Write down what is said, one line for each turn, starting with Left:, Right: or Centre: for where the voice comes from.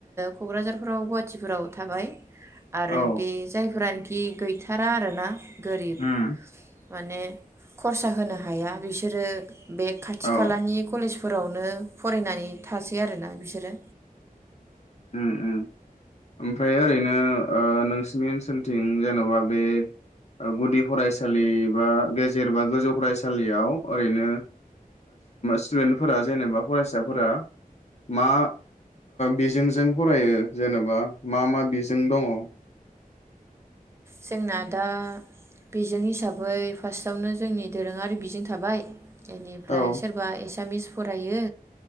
Right: क'क्राझारफोराव गुवाहाटिफोराव थाबाय। आरो
Left: औ
Right: बे जाय फोरानिखि गैथारा आरोना गोरिब
Left: उम
Right: माने खरसा होनो हाया बिसोरो बे खाथि
Left: औ
Right: खालानि कलेज फोरावनो फरायनानै थासै आरोना बिसोरो
Left: ओम ओम ओमफ्राय ओरैनो ओ नोंसनि ओनसोलथिं जेन'बा बे गुदि फरायसालि बा गेजेर बा गोजौ फरायसालियाव ओरैनो स्टुडेन्टफोरा जेनेबा फरायसाफोरा मा बिजों जों फरायो जेनेबा मा मा बिजों दङ
Right: जोंना दा बिजों हिसाबै फार्स्टआवनो जोंनि दोरोङारि बिजों थाबाय बेनिफ्राय
Left: औ
Right: सोरबा एसामिस फरायो